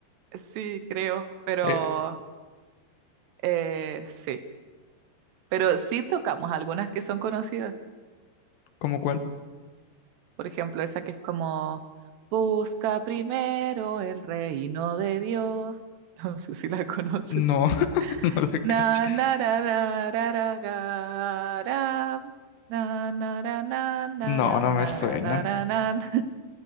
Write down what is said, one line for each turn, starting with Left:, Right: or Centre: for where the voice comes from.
Right: Sí, creo, pero
Left: Eh,
Right: eh, sí. Pero sí tocamos algunas que son conocidas.
Left: ¿cómo cuál?
Right: Por ejemplo, esa que es como, busca primero el reino de Dios. <laughs> No sé si la conoces.
Left: No, <laughs> no la
Right: Na,
Left: cacho.
Right: na, ra, ra, ra, ra, ra, ra. Na, na, ra, na, na,
Left: No,
Right: ra,
Left: no
Right: na,
Left: me suena.
Right: ra, na, ra, na.